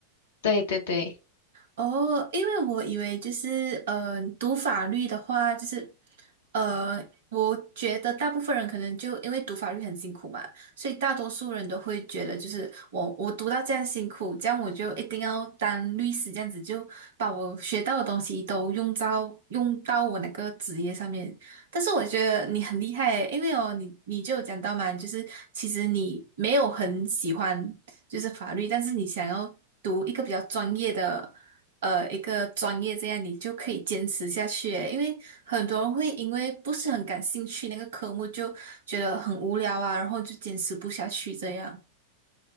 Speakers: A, on the left; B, on the right.
A: 对对对，
B: 哦，因为我以为就是，呃，读法律的话，就是，呃，我觉得大部分人可能就因为读法律很辛苦嘛，所以大多数人都会觉得，就是我我读到这样辛苦，这样我就一定要当律师，这样子就把我学到的东西都用到用到我那个职业上面。但是我觉得你很厉害，因为哦，你你就有讲到嘛，就是其实你没有很喜欢就是法律，但是你想要读一个比较专业的。呃一个专业，这样你就可以坚持下去诶因为很多人会因为不是很感兴趣那个科目，就觉得很无聊啊，然后就坚持不下去这样。